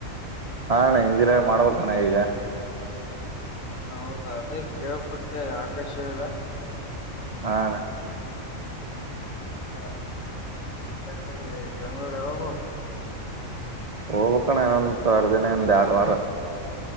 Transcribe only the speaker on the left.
ಹೌದಾ ಅದೇ ಕೇಳ್ಪಟ್ಟೆ ಆಕಾಶ ಹೇಳಿದ
ಅ ಸರಿ ಸರಿ ಬೆಂಗ್ಳೂರು ಯಾವಾಗ ಹೋಗ್ಬಕ್